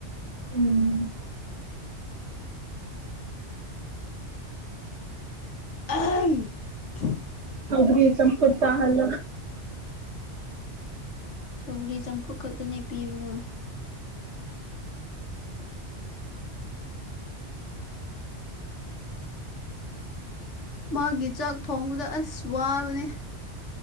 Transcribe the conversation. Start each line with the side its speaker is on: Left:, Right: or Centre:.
Right: ꯎꯝ
Left: ꯎ
Right: ꯍꯧꯕꯔꯤ ꯆꯄ ꯆꯥꯍꯜ
Left: ꯁꯧꯒꯔꯤ ꯆꯝꯐꯨꯠ ꯈꯛꯇꯅꯦ ꯄꯤꯕꯗꯣ ꯃꯥꯒꯤ ꯆꯥꯛ ꯊꯣꯡꯕꯗ ꯑꯁ ꯋꯥꯕꯅꯦ